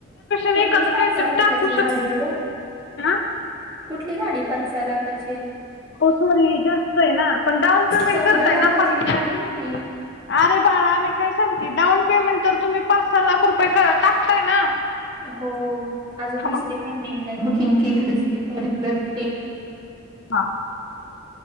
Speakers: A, on the right; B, on the left.
A: कुठली,
B: ना एखादं
A: पाच-
B: काहीतरी
A: सहा लाखाची
B: टाकू
A: गाडीय
B: शक
A: गं.
B: हा
A: कुठली गाडी, पाच - सहा लाखाचीय.
B: ओ सॉरी, जास्तय ना. पण डाउन पेमेंट
A: चौदा
B: करताय
A: लाखाची
B: ना. पा
A: गाडी
B: <unintelligible>
A: आहे ती
B: अरे, बाळा. मी काय सांगते. डाऊन पेमेंट तर तुम्ही पाच - सहा लाख रुपये कर, टाकताय ना.
A: हो. अजून
B: हा
A: दुसरी
B: मग
A: पेंडिंगलाय. बुकिंग केली दुसरी फोरव्हीलर. K we.
B: हा.